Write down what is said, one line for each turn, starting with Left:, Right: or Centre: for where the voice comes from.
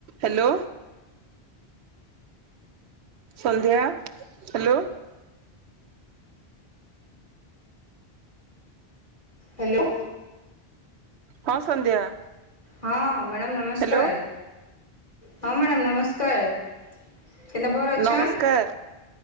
Right: Hello! Sandhya? Hello!
Left: Hello!
Right: ହଁ, ସନ୍ଧ୍ୟା।
Left: ହଁ, madam ନମସ୍କାର।
Right: hello
Left: ହଁ ମ୍ୟାଡ଼ମ ନମସ୍କାର, କେନ୍ତା ଭଲ ଅଛନ୍?
Right: ନମସ୍କାର